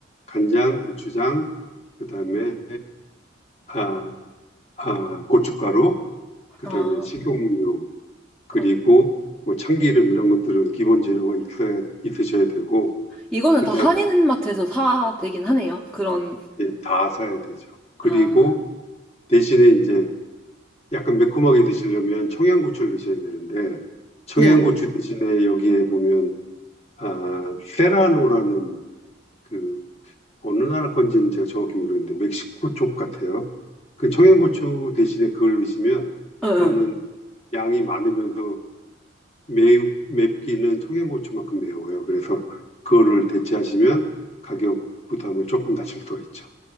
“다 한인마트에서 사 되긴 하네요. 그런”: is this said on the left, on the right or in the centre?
Centre